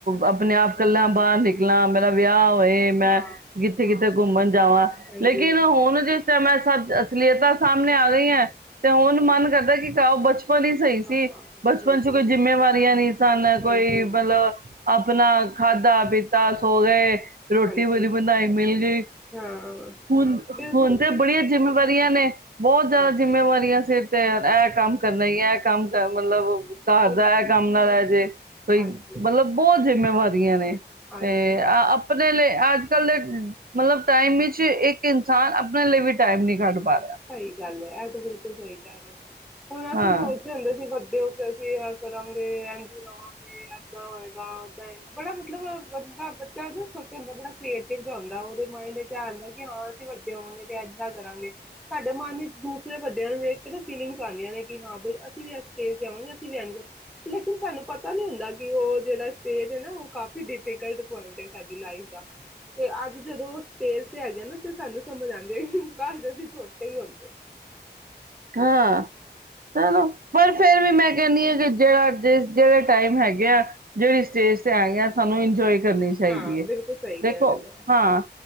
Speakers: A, on the right; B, in the centre.
A: ਆਪਣੇ ਆਪ ਇਕੱਲਾ ਬਾਹਰ ਨਿਕਲਾ ਮੇਰਾ ਵਿਆਹ ਹੋਵੇ ਮੈਂ
B: ਹਾਂ
A: ਕਿੱਥੇ ਕਿੱਥੇ ਘੁੰਮਣ ਜਾਵਾਂ
B: ਹਾਂਜੀ
A: ਲੇਕਿਨ ਹੁਣ ਜੇ ਮੈਂ ਸਭ ਅਸਲੀਅਤਾਂ ਸਾਹਮਣੇ ਆ ਗਈ ਹੈ ਤੇ ਹੁਣ
B: ਹਾਂ
A: ਮਨ ਕਰਦਾ ਕਿ ਬਚ ਬਚਪਨ ਹੀ ਸਹੀ ਸੀ
B: ਹਾਂ
A: ਬਚਪਨ
B: ਬਿਲਕੁਲ
A: ਚ ਕੋਈ ਜਿੰਮੇਵਾਰੀਆਂ ਨਹੀ ਸਨ
B: ਹਾਂਜੀ
A: ਕੋਈ ਮਤਲਬ ਆਪਣਾ ਖਾਧਾ ਪੀਤਾ ਸੋ ਗਏ ਰੋਟੀ
B: ਹਾਂਜੀ
A: ਬਣੀ ਬਣਾਈ ਮਿਲ ਗਈ
B: ਹਾਂ
A: ਹੁਣ
B: ਬਿਲਕੁਲ
A: ਹੁਣ ਤੇ
B: ਬਿਲਕੁਲ
A: ਬੜੀਆਂ ਜਿੰਮੇਵਾਰੀਆਂ ਨੇ ਬਹੁਤ ਜ਼ਿਆਦਾ
B: ਹਾਂਜੀ
A: ਜਿੰਮੇਵਾਰੀਆਂ ਸਿਰ ਤੇ ਇਹ ਕੰਮ ਕਰਨਾ ਈ ਇਹ ਕੰਮ ਕਰਨ ਵਾਲਾ ਮਤਲਬ ਘਰ
B: ਬਿਲਕੁਲ
A: ਦਾ ਹੈ ਕੰਮ ਨਾਲ ਰਹਿ ਜਾਏ ਕੋਈ
B: ਹਾਂਜੀ
A: ਮਤਲਬ ਬਹੁਤ ਜਿੰਮੇਵਾਰ ਨੇ
B: ਹਾਂਜੀ
A: ਤੇ ਆਪਣੇ ਲਈ ਅੱਜ ਅੱਜ ਕੱਲ ਦੇ ਮਤਲਬ ਟਾਈਮ ਵਿੱਚ ਇੱਕ ਇਨਸਾਨ ਆਪਣੇ ਲਈ ਵੀ ਟਾਈਮ ਨੀ ਕੱਢ ਪਾ ਰਿਹਾ
B: ਸਹੀ ਗੱਲ ਹੈ ਇਹ ਤਾਂ ਸਹੀ ਕਹਿ ਰਹੇ ਹੋ ਹੁਣ ਅਸੀਂ
A: ਹਾਂ
B: ਸੋਚ ਹੁੰਦੇ ਸੀ ਵੱਡੇ ਹੋ ਕੇ ਅਸੀਂ ਆ ਕਰਾਂਗੇ ਇ ਜ ਰਹਾਂਗੇ ਏਦਾਂ ਹੋਏਗਾ ਇਦਾ ਹੋਏਗਾ ਬੜਾ ਮਤਲਬ ਬੰਦਾ ਬੱਚਾ ਨਾ ਛੋਟੇ ਹੁੰਦਾ ਬੜਾ ਕ੍ਰੀਏਟਿਵ ਜਾਂ ਹੁੰਦਾ ਉਹਦੇ ਮਾਇੰਡ ਵਿੱਚ ਇਹ ਆਦਾ ਕਿ ਹਾਂ ਅਸੀਂ ਵੱਡੇ ਹੋਵਾਂਗੇ ਤੇ ਇਦਾਂ ਕਰਾਂਗੇ ਸਾਡੇ ਮੰਨ ਚ ਦੂਸਰੇ ਵੱਡਿਆਂ ਨੂੰ ਵੇਖਕੇ ਫੀਲਿੰਗਸ ਆਉਂਦੀਆਂ ਨੇ ਕਿ ਹਾਂ ਬਈ ਅਸੀਂ ਵੀ ਅ ਸਟੇਜ ਤੇ ਆਵਾਂਗੇ ਅਸੀਂ ਵੀ ਲੇਕਿਨ ਸਾਨੂੰ ਪਤਾ ਨੀ ਹੁੰਦਾ ਕਿ ਉਹ ਜਿਹੜਾ ਸਟੇਜ ਹੈ ਨਾ ਉਹ ਕਾਫੀ ਡਿਫੀਕਲਟ ਪੁਆਇੰਟ ਹੈ ਸਾਡੀ ਲਾਈਫ ਦਾ ਤੇ ਅੱਜ ਜਦੋਂ ਸਟੇਜ ਤੇ ਹੈਗੇ ਨਾ ਤੇ ਸਾਨੂੰ ਸਮਝ ਆਉਂਦੇ ਘਰ ਛੋਟੇ ਹੀ ਹੁੰਦੇ
A: ਹਾਂ ਚਲੋ ਪਰ ਫਿਰ ਵੀ ਮੈਂ ਕਹਿੰਦੀ ਹਾਂ ਕਿ ਜਿਹੜਾ ਜਿਹੜੇ ਟਾਈਮ ਹੈਗੇ ਆ ਜਿਹੜੀ ਸਟੇਜ ਤੇ ਆ ਗਿਆ ਸਾਨੂੰ ਇੰਜੋਏ ਕਰਨੀ ਚਾਹੀਦੀ
B: ਹਾਂ
A: ਹੈ
B: ਬਿਲਕੁਲ ਸਹੀ ਕਹਿ
A: ਦੇਖੋ
B: ਰਹੇ ਹੋ
A: ਹਾਂ